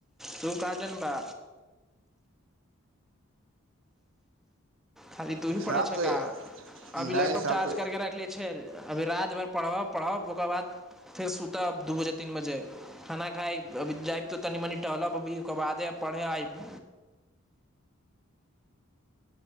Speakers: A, in the centre; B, on the right.
A: तू काजनबा खाली तू ही
B: साफ
A: पढ़ै छे
B: तऽ
A: का अभी
B: नहि
A: लैपटॉप
B: साफ
A: चार्ज करके रखले छै अभी राति भरि पढ़ब पढ़ब ओकर बाद फेर सुतब दू बजे तीन बजे खाना खायइ अभी जायब तऽ तनि मनि टहलब अभी ओकर बादे पढ़य आइब <inaudible>